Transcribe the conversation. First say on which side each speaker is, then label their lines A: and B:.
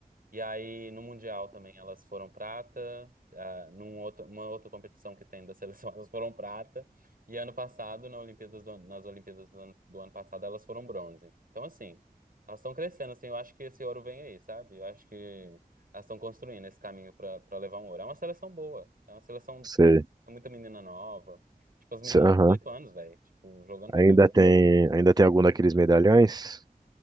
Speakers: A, on the right (about 65°); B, on the right (about 25°).
A: E aí, no Mundial também, elas foram prata. ah, num outro, uma outra competição que tem da seleção, <laughs> elas foram prata. E ano passado, na Olimpíadas do- nas Olimpíadas do ano, do ano passado, elas foram bronze. Então, assim, elas estão crescendo, assim, eu acho que esse ouro vem aí, sabe? Eu acho que elas estão construindo esse caminho para para levar um ouro. É uma seleção boa. É uma seleção,
B: sei.
A: tem muita menina nova. Tipo, as meninas
B: Se- Aham.
A: de 18 anos, velho. Tipo, jogando pra
B: Ainda
A: caralho.
B: tem, ainda tem algum daqueles medalhões?